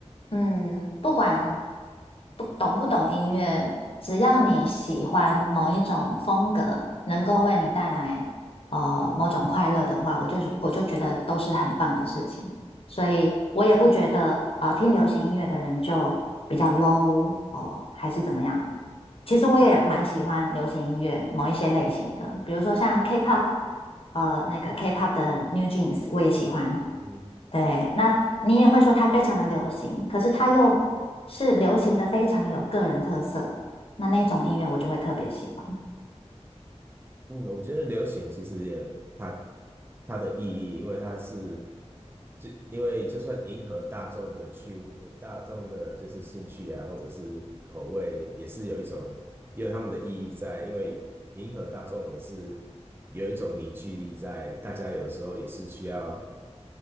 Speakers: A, on the left; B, on the right.
A: 嗯，不管不懂不懂音乐，只要你喜欢某一种风格，能够为你带来呃某种快乐的话，我就我就觉得都是很棒的事情。所以我也不觉得呃听流行音乐的人就比较 low 哦，还是怎么样。其实我也蛮喜欢流行音乐某一些类型的，比如说像 K-pop，呃，那个 K-pop 的 New Jeans 我也喜欢。
B: 嗯，
A: 对，那你也会说它非常的流行，可是它又是流行的非常有个人特色，那那种音乐我就会特别喜欢。
B: 嗯，我觉得流行其实也它它的意义，因为它是就因为就算迎合大众的趣味，大众的就是兴趣啊，或者是口味，也是有一种也有他们的意义在，因为迎合大众也是有一种凝聚力在，大家有的时候也是需要